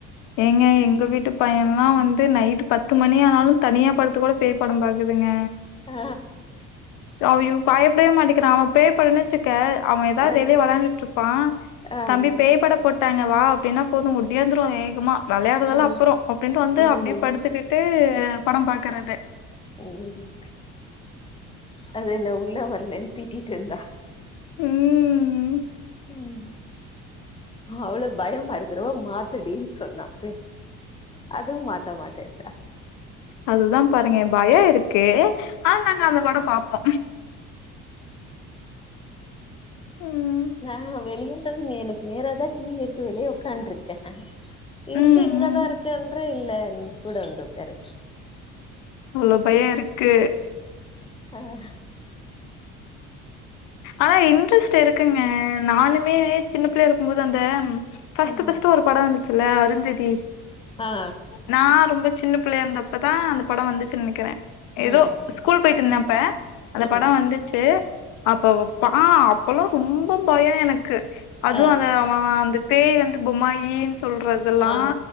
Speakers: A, on the left (about 75°); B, on the left (about 15°).
A: எங்க எங்க வீட்டு பையன்ல்லா வந்து நைட் பத்து மணி ஆனாலு தனியா படத்து கூட பேய் படம் பாக்குதுங்க
B: ஆ
A: அவ பயப்படவே மாட்டேிக்கிறான் அவன் பேய்ப்பட வச்சுக்க அவன் ஏதாவது
B: ஆ
A: வெளியே விளையாந்துட்டு இருப்பான்
B: ஆ
A: தம்பி
B: ம்
A: பேய்ப்பட போட்டாங்க வா அப்டினா போதும் இயந்திருவ வேகமா விளையாடுறதல்ல
B: ம்
A: அப்பறோ அப்டின்ட்டு வந்து
B: ம்
A: அப்டியே படுத்துக்கிட்டு படம் பாக்குறது
B: ம் அது என்ன உள்ள வரலன்னு தீட்டிட்டு இருந்தா
A: ம்
B: உம் அவ்ளவு பயமா இருக்கிறவோ மாத்துடி சொன்னப் அதுவு மாத்த மாட்டேடுறா
A: அதுதான் பாருங்க பய இருக் கே ஆ நாங்க அந்த படோ பாப்போ ம்
B: ஆ நா வெளிய எனக்கு நேரா தா டிவி இருக்கு வெளிய உக்காண்டருக்கே இருக்கு
A: ம்
B: இங்கதா
A: ம்
B: இருக்கேன்றே இல்ல நீ கூட வந்து உக்காரு
A: அவ்ளோ பயோ
B: அ
A: இருக்கு
B: ஆஹ்
A: ஆ இன்ட்ரெஸ்ட் இருக்குங்க நானுமே சின்ன பிள்ளையா இருக் உங்ளுது அந்த ஃபஸ்ட்டு
B: ம்
A: ஃபஸ்ட்டு ஒரு பட வந்துச்சுல்ல அருந்ததி
B: ஆ
A: நா ரொம்ப சின்ன பிள்ளையா இருந்தப்பதா அந்த பட வந்துச்சு நெனைக்கிற ஏதோ
B: ம்
A: ஸ்கூல் போயிட்டு இருந்த அப்ப அந்த
B: ம்
A: பட வந்துச்சு அப்ப வெப்பா ஆ அப்பலா ரொம்ப பய எனக்கு அதுவு
B: ஆ
A: அந்த அவ அந்த பேய் வந்து பொம்மாயின் சொல்றதெல்லா
B: ஆ